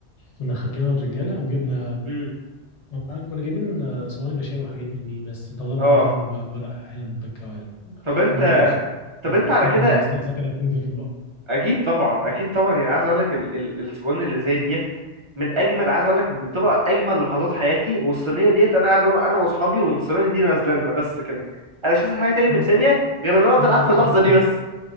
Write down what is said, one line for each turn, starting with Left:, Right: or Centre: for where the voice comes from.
Left: كنا خارجين أنا والرجاله وجبنا
Right: امم
Left: آه، كنا جايبين آه، صواني مشاوي وحاجات من دي بس طلبنا
Right: اه
Left: معاهم آه، ورق عنب بالكوارع
Right: طب
Left: آه،
Right: انت
Left: حوار يا اسطى
Right: طب
Left: حوار-
Right: انت على
Left: حاجه
Right: كده
Left: ملزلزه كده بتنزل في البق
Right: اكيد طبعا اكيد طبعا يعني عايز اقول لك ال- ال- الصواني اللي زي ديت من اجمل عايز اقول لك بتبقى اجمل لحظات حياتي والصينيه ديت انا قاعد انا واصحابي والصينيه دي نازله لنا بس كده انا مش عايز حاجه تاني من
Left: انا
Right: الدنيا
Left: اصلا
Right: غير ان انا افضل
Left: انا
Right: قاعد
Left: ما بعملش
Right: في اللحظه
Left: حاجه غير
Right: دي بس